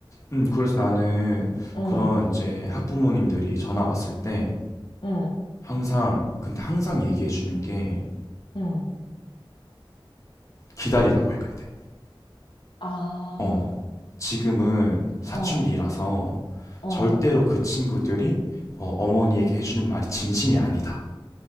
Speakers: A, on the left; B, on the left.
A: 음 그래서 나는
B: 어,
A: 그런 이제 학부모님들이 전화 왔을 때
B: 어,
A: 항상 근데 항상 얘기해 주는 게
B: 어,
A: 기다리라고 해 근데
B: 아,
A: 어, 지금은 사춘기라서
B: 어, 어,
A: 절대로 그 친구들이 어, 어머니에게 해주는 말이 진심이 아니다.